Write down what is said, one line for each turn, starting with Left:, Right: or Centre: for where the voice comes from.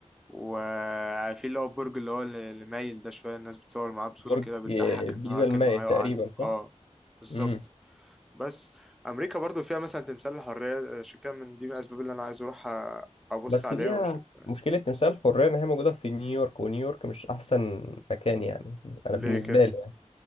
Centre: وفي اللي هو البرج اللي هو اللي مايل ده شوية الناس بتصور معاه بصورة
Left: برج
Centre: كده بتضحك
Left: بيزا
Centre: إن هو
Left: المائل
Centre: كأنه هيقع
Left: تقريبا
Centre: عليه اه
Left: صح؟
Centre: بالظبط
Left: امم
Centre: بس أمريكا برضو فيها مثلا تمثال الحرية آه، عشان كده من دي من الأسباب اللي أنا عايز أروح أ- أبص
Left: بس
Centre: عليه
Left: دي
Centre: وأشوف يعني.
Left: مشكلة تمثال الحرية إن هي موجودة في نيويورك ونيويورك مش أحسن مكان يعني
Centre: ليه
Left: أنا بالنسبة
Centre: كده
Left: لي يعني